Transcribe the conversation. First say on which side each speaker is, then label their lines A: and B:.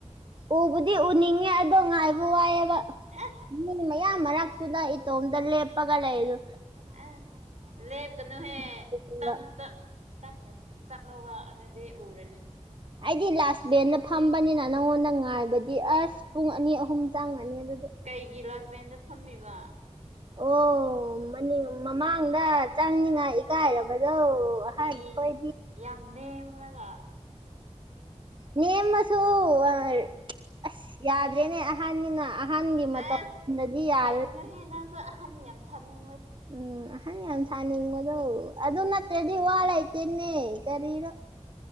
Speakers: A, on the right; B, on the right.
A: ꯎꯕꯨꯗꯤ ꯎꯅꯤꯡꯉꯦ ꯑꯗꯣ ꯉꯥꯏꯕ ꯋꯥꯏꯌꯦꯕ
B: ꯑꯁ
A: ꯃꯤ ꯃꯌꯥꯝ ꯃꯔꯛ ꯇꯨꯗ ꯏꯇꯣꯝꯇ ꯂꯦꯞꯄꯒ ꯂꯩꯗꯨ
B: ꯑ ꯂꯦꯞꯒꯅꯨꯍꯦ
A: ꯀꯥꯟꯗ
B: <unintelligible> ꯇꯞꯅ ꯆꯠꯂꯣꯕ ꯑꯗꯨꯗꯤ ꯎꯔꯅꯤ
A: ꯑꯩꯗꯤ ꯂꯥꯁ ꯕꯦꯟꯗ ꯐꯝꯕꯅꯤꯅ ꯅꯪꯉꯣꯟꯗ ꯉꯥꯏꯕꯗꯤ ꯑꯁ ꯄꯨꯡ ꯑꯅꯤ ꯑꯍꯨꯝ ꯆꯪꯉꯅꯤ ꯑꯗꯨꯗꯤ
B: ꯀꯩꯒꯤ ꯂꯥꯁ ꯕꯦꯟꯗ ꯐꯝꯃꯤꯕ
A: ꯑꯣ ꯃꯃꯥꯡꯗ ꯆꯪꯅꯤꯉꯥꯏ ꯏꯀꯥꯏꯔꯕꯗꯣ ꯑꯍꯟ
B: ꯏ
A: ꯈꯣꯏꯗꯤ
B: ꯌꯥꯝ ꯅꯦꯝꯃꯒ
A: ꯅꯦꯝꯃꯁꯨ ꯑꯁ ꯌꯥꯗ꯭ꯔꯦꯅꯦ ꯑꯍꯟꯅꯤꯅ ꯑꯍꯟꯒꯤ ꯃꯇꯧꯗꯗꯤ
B: ꯑꯁ
A: ꯌꯥꯔꯔꯣꯏ
B: ꯀꯩꯅꯣꯍꯦ ꯅꯪꯁꯨ ꯑꯍꯟ ꯌꯥꯝ ꯁꯥꯅꯤꯡꯕ
A: ꯎꯝ ꯑꯍꯜ ꯌꯥꯝ ꯁꯥꯅꯤꯡꯕꯗꯣ ꯑꯗꯨ ꯅꯛꯇ꯭ꯔꯗꯤ ꯋꯥ ꯂꯩꯇꯦꯅꯦ ꯀꯔꯤꯔꯣ